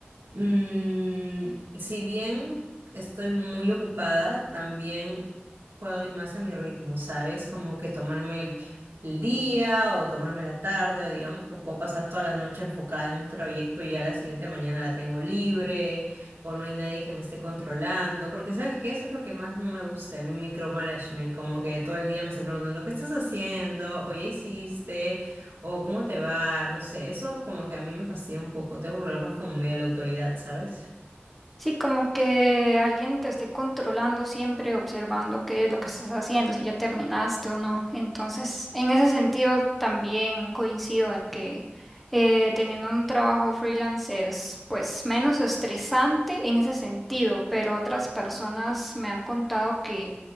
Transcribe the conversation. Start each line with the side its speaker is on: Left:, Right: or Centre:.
Right: Mm, si bien estoy muy ocupada, también puedo ir más a mi ritmo, ¿sabes? Como que tomarme el, el día o tomarme la tarde o digamos que puedo pasar toda la noche enfocada en un proyecto y ya la siguiente mañana la tengo libre o no hay nadie que me esté controlando, porque ¿sabes qué? Eso es lo que más no me gusta, el micromanagement, como que todo el día me estén preguntando, ¿qué estás haciendo? ¿O ya hiciste? o cómo te va, no sé, eso como que a mí me fastidia un poco, tengo problemas con medio de la autoridad, ¿sabes?
Centre: Sí, como que alguien te esté controlando siempre, observando qué es lo que estás haciendo, si ya terminaste o no. Entonces, en ese sentido, también coincido en que eh, teniendo un trabajo freelance es pues menos estresante en ese sentido, pero otras personas me han contado que